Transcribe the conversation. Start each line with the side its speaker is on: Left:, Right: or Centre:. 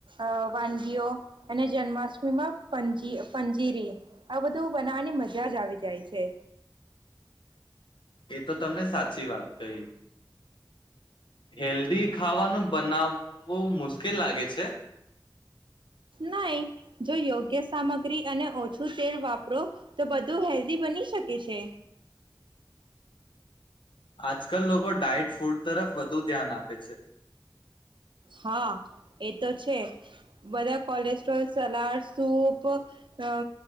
Right: અહ વાનગીઓ અને જન્માષ્ટમીમાં પજી-પંજીરી આ બધું બનાવવાની મજ જાજ આવી જાય છે.
Left: એ તો તમને સાચી વાત કહી. હેલ્ધી ખાવાનું બનાવવું મુશ્કેલ લાગે છે.
Right: નાઈ, જો યોગ્ય સામગ્રી અને ઓછું તેલ વાપરો તો બધું હેલ્ધી બની શકે છે.
Left: આજકાલ લોકો ડાયટ ફૂડ તરફ વધુ ધ્યાન આપે છે.
Right: હા, એ તો છે. બધા કોલેસ્ટ્રોલ, સલાડ, સૂપ અહ